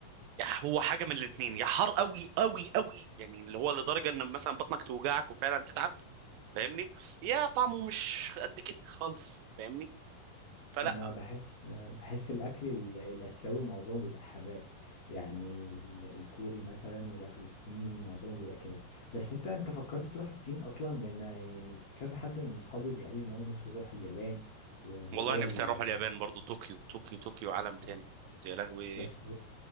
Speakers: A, on the right; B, on the left.
A: هو حاجه من الاتنين يا حار قوي قوي قوي يعني اللي هو لدرجه ان مثلا بطنك توجعك وفعلا تتعب فاهمني يا طعمه مش قد كده خالص فاهمني فلا
B: أنا بحس بحس الأكل ال- الآسيوي معظمه بيبقى حراق يعني ال- الكوري مثلا والأكل الصيني معظمه بيبقى كده بس أنت أنت فكرت تروح الصين أصلا لأن يعني كذا حد من صحابي بيقال لي إن هو نفسه يروح اليابان و- ودول
A: والله نفسي اروح اليابان برضو طوكيو طوكيو طوكيو عالم تاني
B: اه
A: يا لهوي
B: بس